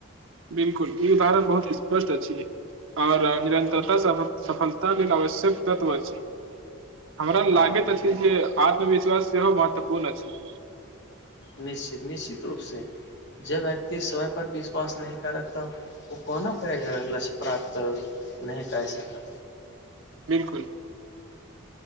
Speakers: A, on the right (about 70°); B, on the left (about 55°).
A: बिलकुल ई उदाहरण बहुत स्पष्ट अछिै आओर निरन्तरता सफलता लेल आवश्यक तत्व अछि हमरा
B: हँ
A: लागैत अछि
B: बिलकुल
A: जे आत्मविश्वास सेहो महत्वपूर्ण अछि
B: निश्चित निश्चित रूपसँ जे व्यक्ति समय पर विश्वास नहि करत ओ कोना पैघ लछ्य प्राप्त करत नहि तऽऐसा त
A: बिलकुल